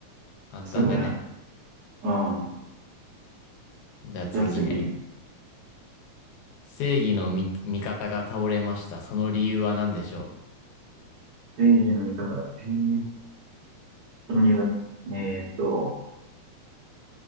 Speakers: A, on the left; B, on the right.
A: 簡単だね。
B: すごいな。うん。
A: じゃあ次ね。
B: じゃあ次。
A: 正義の味、味方が倒れました。その理由は何でしょ
B: 正義の味方。えー、その理由が、えーっと、